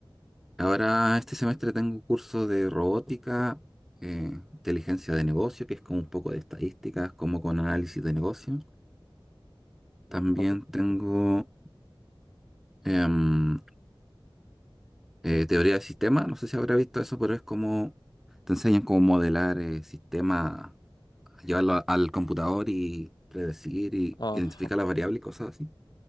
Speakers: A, in the centre; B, on the left (about 50°).
A: ahora este semestre tengo un curso de robótica, eh, inteligencia de negocio, que es como un poco de estadísticas, como con análisis de negocio. También
B: Ah,
A: tengo em, eh, teoría de sistemas, no sé si habrá visto eso, pero es como te enseñan cómo modelar eh, sistemas, llevarlo a- al computador y predecir y
B: ah.
A: identificar
B: ah.
A: las variables y cosas así.